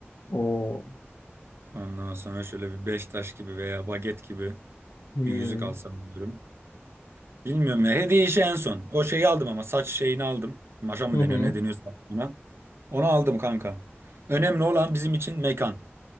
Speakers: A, on the left; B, on the right.
A: Oo.
B: Ondan sonra şöyle bir beş taş gibi veya baget gibi
A: Hmm.
B: bir yüzük alsam diyorum. Bilmiyorum ya. Hediye işi en son. O şeyi aldım ama saç şeyini aldım. Maşa mı
A: Hı
B: deniyor
A: hı.
B: ne deniyorsa buna. Onu aldım kanka. Önemli olan bizim için mekan.